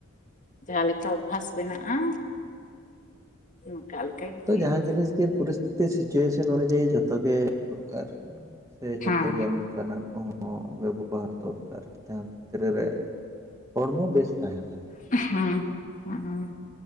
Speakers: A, on the left; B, on the right.
A: ᱡᱟᱦᱟᱸ ᱞᱮᱠᱟ ᱚᱵᱵᱷᱟᱥ ᱵᱮᱱᱟᱜ-ᱟ ᱚᱱᱠᱟ ᱞᱮᱠᱟ ᱜᱮ
B: ᱛᱚ
A: ᱦᱩᱭᱩᱜᱼᱟ
B: ᱡᱟᱦᱟᱸ ᱡᱤᱱᱤᱥ ᱜᱮ ᱯᱚᱨᱤᱥ ᱛᱷᱤᱛᱤ ᱥᱤᱪᱩᱭᱮᱥᱚᱱ ᱚᱱᱩᱡᱟᱭᱤ ᱡᱷᱚᱛᱚ ᱜᱮ ᱫᱚᱨᱠᱟᱨ᱾ ᱥᱮ ᱡᱚᱛᱚ
A: ᱦᱮᱸ
B: ᱜᱮ ᱚᱱᱠᱟ ᱱᱟᱜ ᱠᱚᱦᱚᱸ ᱵᱮᱵᱚ- ᱵᱮᱵᱚᱦᱟᱨ ᱫᱚᱨᱠᱟᱨ ᱡᱟᱦᱟᱸ ᱠᱷᱮᱛᱛᱨᱮ ᱨᱮ ᱦᱚᱲᱢᱚ ᱵᱮᱥ ᱛᱟᱦᱮᱱ ᱞᱟᱹᱜᱤᱫ᱾
A: <unintelligible>